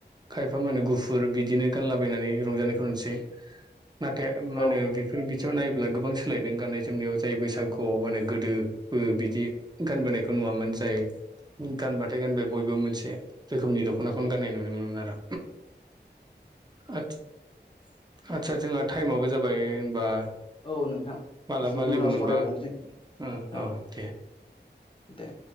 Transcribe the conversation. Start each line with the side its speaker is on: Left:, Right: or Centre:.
Right: खायफा मा होनो गुफुर बिदिनो गानलाबायनानै रंजानायखौ नुसै नाथाय मा
Left: औ
Right: होनो बि फोर बिथिङाव नायोब्ला गोबां सोलायदों गाननाय जोमनायाव जाय बैसागुआव मानो गोदोबो बिदि गानबोनायखौ नुवामोन जाय गानबाथाय गानबाय बयबो मोनसे रोखोमनि दख ख्ना गाननाय नुनो मोनोमोन आरो आटस आटसा जोंहा टाइमाबो जाबाय होनबा
Left: औ नोंथां
Right: मालाबा
Left: जों इयुनाव
Right: लोगो मोनबा
Left: सावरायबावनोसै
Right: ओं
Left: औ
Right: दे
Left: दे